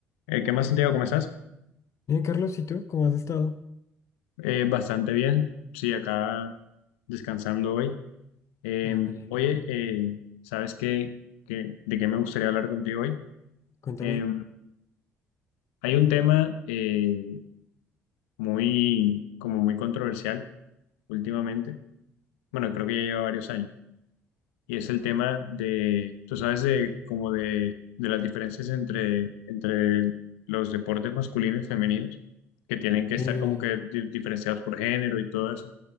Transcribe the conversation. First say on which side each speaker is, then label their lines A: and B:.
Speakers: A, on the left; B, on the left.
A: Eh, ¿qué más, Santiago? ¿Cómo estás?
B: Bien, Carlos, ¿y tú? ¿Cómo has estado?
A: Eh, bastante bien. Sí, acá descansando hoy. Eh,
B: Ah, me alegra.
A: oye, eh, ¿sabes qué, qué- de qué me gustaría hablar contigo hoy?
B: Cuéntame.
A: Eh, hay un tema eh, muy, como muy controversial últimamente. Bueno, creo que ya lleva varios años. Y es el tema de, tú sabes, de, como de, de las diferencias entre, entre los deportes masculinos y femeninos, que tienen que
B: Eh,
A: estar como que di- diferenciados por género y todo eso.